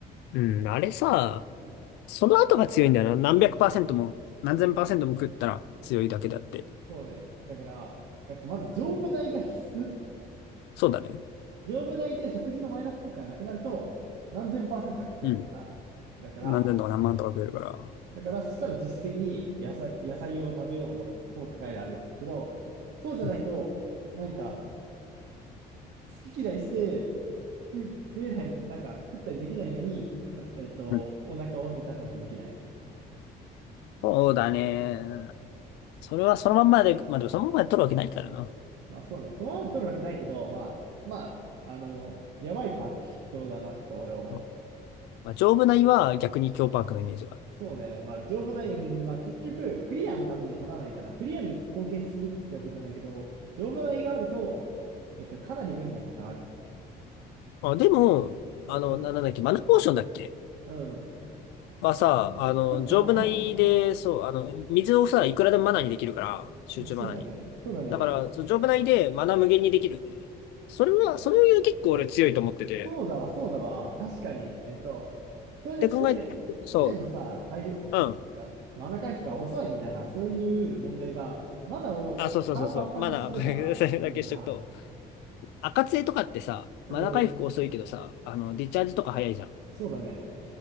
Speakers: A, on the left; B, on the right.
A: うん、あれさ、
B: うん。
A: その後が強いんだよな。何百パーセントも、何千パーセントも食ったら強いだけだって。
B: そうね。だから、えっと、まず丈夫米が必須。
A: そうだね。
B: 丈夫米で食事のマイナス効果がなくなると、何千パーセントだか食えるから。
A: うん。
B: だから、
A: 何千とか何万とか食えるから。
B: だから、そしたら実質的に野菜、野菜を食べようとも効果が得られるけど、そうじゃないと、
A: うん
B: なんか、好き嫌いして、食、食えない、なんか、食ったりできないのに、なえっと、
A: うん
B: お腹を満たさなきゃいけない。
A: そうだね。それはそのまんまで、まあでもそのまんまで取るわけないからな。
B: まあそうね、そのまま取るわけないけど、まあ、まあ、あの、やばいパック筆頭だなって俺は思う。
A: うんまあ、丈夫な胃は逆に強パークのイメージが。
B: そうね、まあ、丈夫な、うんまあ結局、クリアのためには取らないから、クリアに貢献するってわけじゃないけど、丈夫な胃があると、えっと、かなり便利なことある。
A: あ、でも、
B: うん、
A: あの、な、なんだっけ、マナポーションだっけ
B: うん、
A: はさ、あの、
B: そっか、
A: 丈夫な胃で、
B: わ、
A: そう、あの、水をさ、いくらでもマナにできるから、集中マナに。
B: あそうだね。そうだね。
A: だから、そう、丈夫な胃でマナ無限にできるんだよね。それは、それは結構俺強いと思ってて。
B: そうだわ、そうだわ。確かに。えっと、それで
A: で考えて、そ
B: 常、常のさ、回復、
A: う、うん。
B: なんか、マナ回復が遅いみたいな、そういう問題が、マナを腹パンパンにすればいいのか。
A: あ、そうそうそうそう。マナー、<laughs> これそれだけしとくと。赤杖とかってさ、
B: うん、
A: マナー回復遅いけどさ、あの、ディチャージとか早いじゃん。
B: そうだね。